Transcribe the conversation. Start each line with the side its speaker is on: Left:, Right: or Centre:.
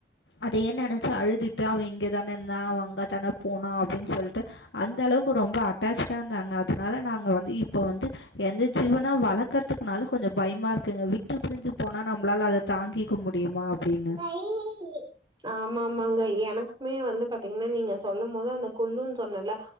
Left: அதே நெனச்சி அழுதுட்டு அவ இங்க தானே இருந்தா அவ அங்க தானே போனா அப்புடின்னு சொல்ட்டு அந்த அளவுக்கு ரொம்ப அட் அட்டாச்டா இருந்தாங்க அதனால நாங்க வந்து இப்போ வந்து எந்த ஜீவனா வளர்க்குற தா கத்துக்குனால கொஞ்ச பயமா இருக்குங்க விட்டு பிரிஞ்சு போனா நம்மளால அத தாங்கிக்க முடியுமா அப்பிடின்னு
Right: வெள்ளி சனி ஆமா ஆமாங்க எனக்குமே வந்து பாத்தீங்கின்னா நீங்க சொல்லுமோது அந்த கொல்லுன்னு சொன்னல